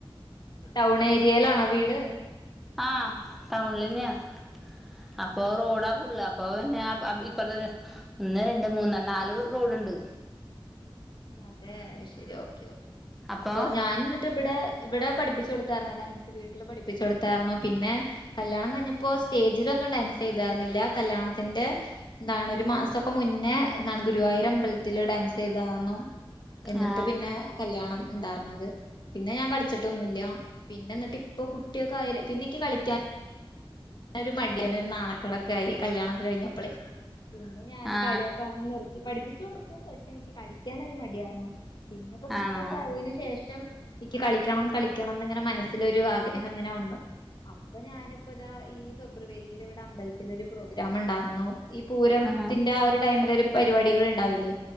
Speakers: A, on the left; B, in the centre.
A: ടൗണേരിയേലാണോ വീട്
B: ആ ടൗനിലന്നെയാ അപ്പോ
A: അതെല്ലേ
B: റോഡാ <unintelligible> ആ അത് ഇപ്പള്ളത് മ് ഒന്നെ രണ്ടേ മൂന്നെ നാല് റോഡ്ണ്ട്
A: അതെ ശെരി ഓക്കേ ഓക്കേ
B: അപ്പൊ
A: അപ്പോ നാനിന്നറ്റ് ഇബടെ ഇവിടെ പഠിപ്പിച്ചു കൊടുത്തായിരുന്നു പഠിപ്പിച്ചുകൊടുത്തായിരുന്നു പിന്നെ കല്യാണം കഴിഞ്ഞപ്പോ സ്റ്റേജിലൊക്കെ ഡാൻസ് ചെയ്താർന്നില്ല കല്യാണത്തിന്റെ എന്താണ് ഒരു മാസൊക്കെ മുന്നേ ഗുരുവായൂർ അമ്പലത്തിൽ ഡാൻസ് ചെയ് ദാർന്നു എന്നിട്ട്
B: ആ
A: പിന്നെ കല്യാണം ഇണ്ടാർന്നത് പിന്നെ ഞാൻ കളിച്ചിട്ടൊന്നുമില്ല പിന്നെന്നിട്ട് ഇപ്പോ കുട്ടിയൊക്കെ ആയെന് പിന്നെ എനിക്ക് കളിക്കാനും ഒരു മടിയാണ് ഒരു നാണക്കേടൊക്കെയായി കല്യാണൊക്കെ കഴിഞ്ഞപ്പോളെ ഞാൻ
B: ആ
A: കളിയൊക്കെ ആകുമ്പോ നിർത്തി പഠിപ്പിച്ചുകൊടുക്കും, പക്ഷെ എനിക്ക് കളിക്കാനൊരു മടിയാണ് ഇപ്പോ കുട്ടിയൊക്കെ
B: ആണോ
A: ആയേനുശേഷം എനിക്ക് കളിക്കണം കളിക്കണം ന്നിങ്ങനെ മനസ്സിലൊരു ആഗ്രഹങ്ങനെ വന്നു അപ്പോ ഞാൻ ഇപ്പോത ഫെബ്രുവരിയിൽ ഇവിടെ അമ്പലത്തിലൊരു പ്രോഗ്രാമുണ്ടാർന്നു ഈ പൂരത്തിന്റ
B: ആ
A: ആ ഒരു ടൈമിലൊരു പരിപാടികളുണ്ടാവില്ലേ